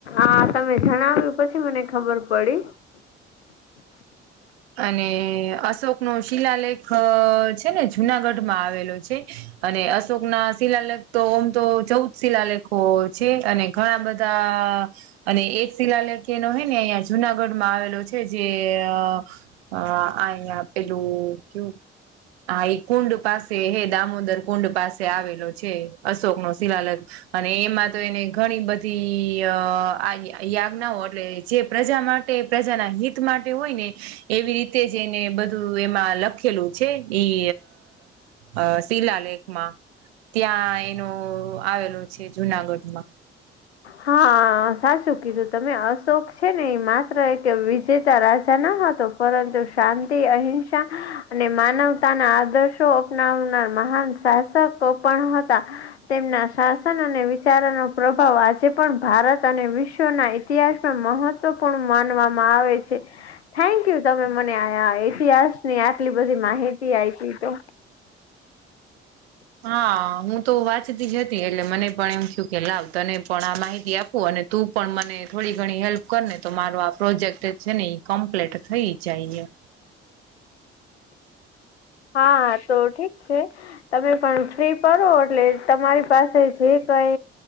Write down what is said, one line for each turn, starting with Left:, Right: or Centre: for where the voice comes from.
Left: આ તમે જણાવ્યું પછી મને ખબર પડી.
Right: અને અશોક નો શિલાલેખ અ છે ને જુનાગઢ માં આવેલો છે. અને અશોક ના શિલાલગ તો ઓમ તો ચૌદ શિલાલેખો છે અને ઘણા બધા અને એક શિલાલેખી એનો હે ને અહિયા જુનાગઢમાં આવેલો છે જે અ અ આ અઈયા પેલું ક્યું આ એ કુંડ પાસે હે, દામોદર કુંડ પાસે આવેલો છે અશોક નો શિલાલખ અને એમાં તો એને ઘણી બધી આગ યાજ્ઞાઓ એટલે જે પ્રજા માટે, પ્રજાના હિત માટે હોય ને એવી રીતે જ એને બધું એમાં લખેલું છે ઈ અ શિલાલેખ માં ત્યાં એનો આવેલો છે જુનાગઢ માં.
Left: હા, સાચું કીધું તમે. અશોક છે ને એ માત્ર એક વિજેતા રાજા ન હતો પરંતુ શાંતિ, અહિંસા અને માનવતાના આદર્શો અપનાવનાર માહાન શાસકો પણ હતા. તેમના શાસન અને વિચારોનો પ્રભાવ આ જે પણ ભારત અને વિશ્વના ઇતિહાસમાં મહત્વપૂર્ણ માનવામાં આવે છે. થેન્ક યુ, તમે મને આય આ ઇતિહાસ ની આટલી બધી માહિતી આઈપી તો.
Right: હા, હું તો વાંચતી જ હતી એટલે મને પણ એમ થયું કે લાવ તને પણ આ માહિતી આપું અને તું પણ મને થોડી ઘણી હેલ્પ કર ને તો મારો આ પ્રોજેક્ટ છે ને ઈ કમ્પ્લીટ થઈ જાય એમ.
Left: હા, તો ઠીક સે. તમે પણ ફ્રી પરો એટલે તમારી પાસે જે કઈ